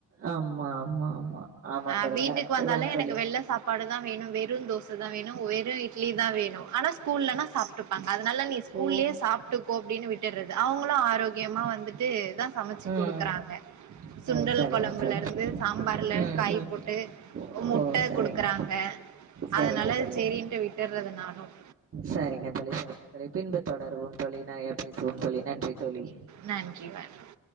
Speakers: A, on the right; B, on the right.
A: ஆம்மா ஆம்மா ஆமா ஆமா
B: ஆஹ்
A: தோழி
B: வீட்டுக்கு
A: கரெக்ட்
B: வந்தாலு
A: தா
B: எனக்கு
A: தோழி
B: வெள்ல சாப் பாடு தா வேணு வெறுந் தோ சதா வேணு வெறு இட்லி தா வேணு ஆனா ஸ்கூல்லனா சாப் <unintelligible> அதனால நீ ஸ்கூல்லியே
A: ஓ
B: சாப்ட்டுக்கோ அப்டின்னு விட் டுறது அவங்களும் ஆரோக்கியமா வந்துட்டு தா சமச்சு
A: ம்
B: குடுக்குறாங்க சுண்டல்
A: ஓ சரிங்க
B: கொழம்புல
A: தோழி
B: இருந்து சாம்பார்ல
A: ம்
B: கை
A: ம்
B: போட்டு முட்ட
A: ஓ சரிங்க
B: குடுக்குறாங்க
A: சரிங்க
B: அதனால
A: தோழி
B: செரின்ட்டு விட்டுறது நானும்
A: சரிங்க தோழி சரிங்க தோழி பின்பு தொடருவோம் தோழி நறைய பேசுவோம் தோழி நன்றி தோழி
B: நன்றி வணக்கம்